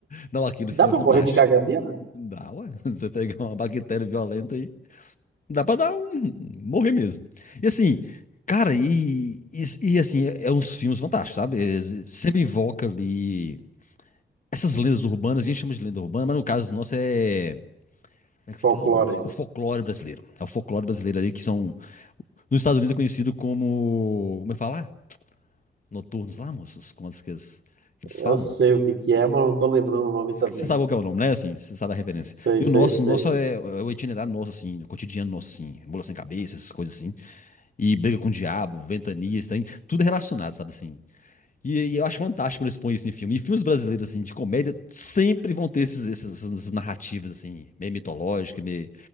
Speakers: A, on the left; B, on the right.
A: Não, aquele
B: Dá
A: filme
B: pra
A: é fantástico.
B: morrer de caganeira?
A: Dá, ué. <laughs> Você pegar uma bactéria violenta aí, dá pra dar um. morrer mesmo. E assim, cara, e, e, e, assim, é, é uns filmes fantásticos, sabe? Eles- Sempre invoca ali. Essas lendas urbanas, a gente chama de lenda urbana, mas no caso nosso é. Como é que
B: Folclore.
A: fala, mano? O folclore brasileiro. É o folclore brasileiro ali que são. Nos Estados Unidos é conhecido como. Como é que fala? Noturnos lá, moços? Como as que eles, que eles
B: Eu
A: falam?
B: sei o que que é, mas não tô lembrando o nome
A: Você
B: também.
A: sabe qual que é o nome, né? Assim, você sabe a referência.
B: Sei,
A: E
B: sei,
A: o nosso,
B: sei.
A: o nosso é, é o itinerário nosso, assim, o cotidiano nosso, assim, mula sem cabeça, essas coisas assim. E briga com o diabo, ventanias, tem tudo é relacionado, sabe assim? E, e eu acho fantástico quando eles põem isso em filme. E filmes brasileiros, assim, de comédia, sempre vão ter esses, esses- essas, narrativas, assim, meio mitológicas, meio